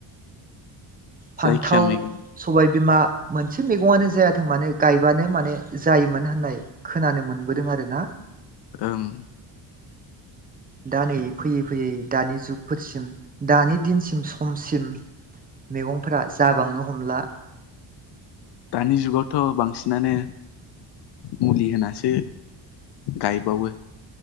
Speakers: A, on the right (about 20°); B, on the left (about 60°).
A: फान्थाव
B: जायखिया मैगं
A: सबाय बिमा मोनसे मैगङानो जायाथों मानो गायबानो माने जायोमोन होननाय खोनानो मोनबोदों आरो ना
B: औ-
A: दा नै फैयै फैयै दानि जुगफोरसिम दानि दिनसिम खमसिम मैगंफोरा जाबांनो हमला
B: दानि जुगावथ' बांसिनानो मुलि होनासो गायबावो